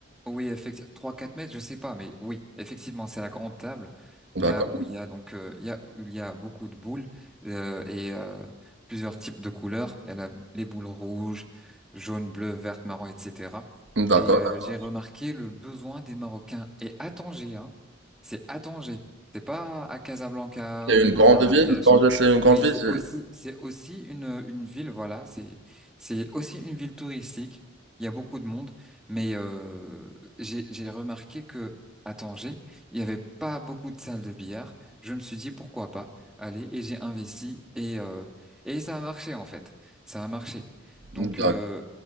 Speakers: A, in the centre; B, on the right (about 65°).
A: Oui, effectivement, trois quatre mètres, je sais pas, mais oui, effectivement, c'est la grande table,
B: D'accord,
A: là où il y a donc euh, il y a, il y a beaucoup de boules euh, et euh, plusieurs types de couleurs. Il y a la- les boules rouges, jaunes, bleues, vertes, marron, etc.
B: d'accord,
A: Et euh,
B: d'accord.
A: j'ai remarqué le besoin des Marocains. Et à Tanger, hein, c'est à Tanger, c'est pas à Casablanca
B: C'est
A: ou
B: une grande
A: euh, Marrakech.
B: ville, Tanger, c'est une grande
A: Oui,
B: ville.
A: c'est
B: c'est-
A: aussi c'est aussi une une ville, voilà, c'est c'est aussi une ville touristique. Il y a beaucoup de monde. Mais euh, j'ai j'ai remarqué que à Tanger, il n'y avait pas beaucoup de salles de billard. Je me suis dit pourquoi pas aller et j'ai investi et euh, et ça a marché en fait. Ça a marché.
B: D'accord,
A: Donc euh,